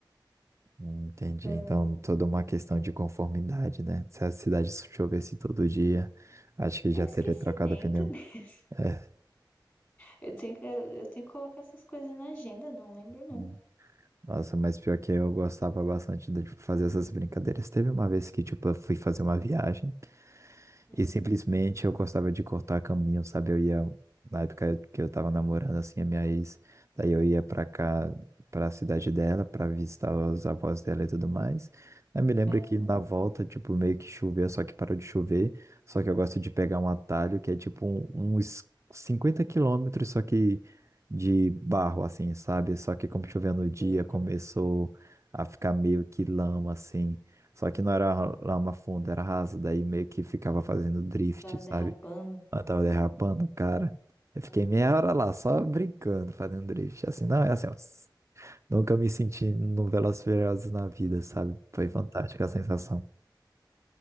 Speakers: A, on the right; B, on the left.
A: Hum, Entendi.
B: Ai,
A: Então, toda uma questão
B: é,
A: de conformidade, né? Se a cidade chovesse todo dia, acho que já
B: é esquecimento
A: teria trocado o pneu.
B: <laughs>
A: É.
B: Eu tenho que, eu tenho que colocar essas coisas na agenda, não lembro não.
A: Uhum. Nossa, mas pior que eu gostava bastante de fazer essas brincadeiras. Teve uma vez que, tipo, eu fui fazer uma viagem.
B: Hum,
A: E simplesmente eu gostava de cortar caminho, sabe? Eu ia, na época que eu tava namorando, assim, a minha ex, daí eu ia pra cá, pra cidade dela, pra visitar os avós dela e tudo mais. Eu me lembro
B: aham.
A: que na volta, tipo, meio que choveu, só que parou de chover. Só que eu gosto de pegar um atalho que é tipo um- uns 50 quilômetros, só que de barro, assim, sabe? Só que como choveu no dia,
B: Eita,
A: começou a ficar meio que lama, assim. Só que não era lama funda, era rasa daí meio que ficava fazendo drift,
B: tava
A: sabe?
B: derrapando.
A: Eu tava derrapando, cara. Eu fiquei
B: Aham.
A: meia hora lá, só brincando, fazendo drift. Assim, não, é assim, ó, nunca me senti no Velozes e Furiosos na vida, sabe? Foi fantástica a sensação.